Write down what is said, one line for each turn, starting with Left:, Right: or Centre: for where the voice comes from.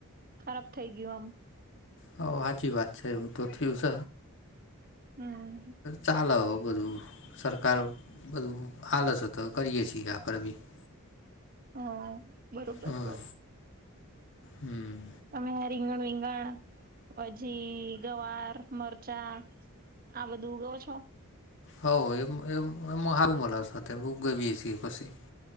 Right: ખરાબ થઇ ગયું આમ
Left: હો સાચી વાત છે એવું તો થિવ સ.
Right: આમ હમ
Left: ચાલો બધું સરકાર બધું આલસ તો કરીએ છીએ આપણે બી <inaudible> <unintelligible>
Right: હા બરોબર બરો
Left: હા હમ.
Right: તમે રીંગણ -વિગણ પછી ગવાર, મરચાં આ બધું ઊગવો છો?
Left: હોવે એમ એમ એમાં સારું મળે છે સાથે બી પણ ઉગ વીએ છીએ પછી